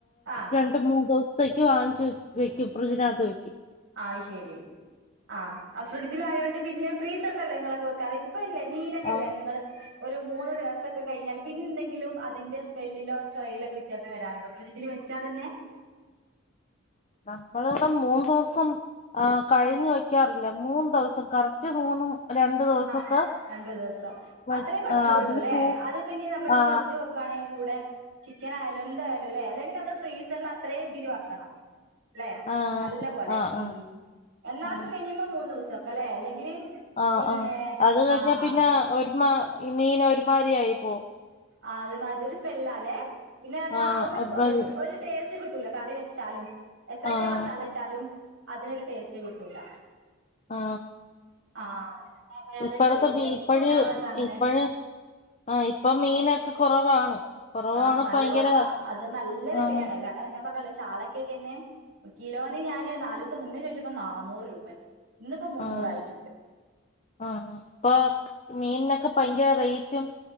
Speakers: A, on the right; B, on the left.
A: ആഹ്
B: രണ്ട് മൂന്ന്ദോ സത്തേയ്ക്ക് വാങ്ങ്ച്ച്വെ വെയ്ക്കും ഫ്രിജിനാത്ത് വെയ്ക്കും
A: ആയ് ശരി ആ ഫ്രിഡ്ജിലായൊണ്ട് പിന്നെ ഫ്രീസറിലല്ലേ ഇങ്ങളൊക്കെ വെക്കാറ് ഇപ്പഇല്ലേ മീനൊക്കെല്ലേ
B: ആ
A: നിങ്ങള് ഒരു മൂന്ന് ദെവസൊക്കെ കഴിഞ്ഞാൽ പിന്നെന്തെങ്കിലും അതിന്റെ സ്മെല്ലിലോ ചോയയിലൊക്കെ വ്യത്യാസം വരാറുണ്ട് ഫ്രഡ്ജിൽ വെ ഉച്ചാതന്നെ
B: നമ്മളിടെ മൂന്ന് ദോസം ആ കഴിഞ്ഞു വെക്കാറില്ല മൂന്ന് ദെസം കറക്റ്റ് മൂന്നും രണ്ട് ദിവസൊക്കെ
A: ആ രണ്ടു ദിവസം
B: വെ-
A: അത്രേ പറ്റുവുള്ളൂല്ലേ
B: ആ അതിന് കൂ
A: അത് പിന്നെ നമ്മള്
B: ആ
A: ഫ്രിഡ്ജ് വെക്കാണെ കൂടെ ചിക്കൻ ആയാലും എന്തായാലുംല്ലേ അല്ലെങ്കിന്താ മ്മള് ഫ്രീസർല് അത്രേം ഇതില് വെക്കണം ല്ലേ
B: ആഹ്
A: നല്ല പോലെ
B: ആഹ്
A: ഉം എന്നാലും
B: ആഹ്
A: മിനിമം മൂന്നോസം അല്ലേ അല്ലെങ്കില്
B: ആഹ്
A: പിന്നെ
B: ആഹ് അത് കഴിഞ്ഞാപ്പിന്നെ
A: ആഹ്
B: ഒരുമാ മീന് ഒരുമാരി ആയിപ്പോ
A: ആ ഒരുമാരി ഒരു സ്മെല്ലാല്ലേ പിന്നെ ന്താ
B: ആഹ്
A: ആ ഒരു
B: ഒരുമാതിരി
A: പ് ഒരു ടേസ്റ്റ് കി ട്ടൂല കറി വെച്ചാലും എത്രൊക്കെ
B: ആഹ്
A: മസാല ഇട്ടാലും അതിനൊരു ടേസ്റ്റ് കിട്ടൂല
B: അ
A: ആ അതെ അപ്പ അതാ
B: ഇപ്പോഴത്തെ
A: ചോദിച്ചേ
B: ബീഇപ്പഴ്
A: ഞാൻ എനിക്കും ഉണ്ടാവാറുണ്ട് അങ്ങനെ
B: ഇപ്പഴ് ആഹ് ഇപ്പൊ മീനൊക്കെ കൊറവാണ് കൊറവാണ്
A: ആഹ് നല്ല
B: ഭയങ്കര
A: കൊറവാ അത് നല്ല വെലയാണ്
B: ആഹ്
A: കാർണം ഞാൻ പറഞ്ഞല്ലോ ചാളക്കെക്കെന്നെ കിലോന് ഞാന് നാലൂസം മുന്നേ ചോയ്ച്ചപ്പോ നാന്നൂറ് രൂപേ ഇന്നിപ്പോ മുന്നൂറായിട്ടിണ്ട്
B: ആഹ് ആഹ് ഇപ്പൊ മീൻനൊക്കെ ഭയങ്കര റേറ്റും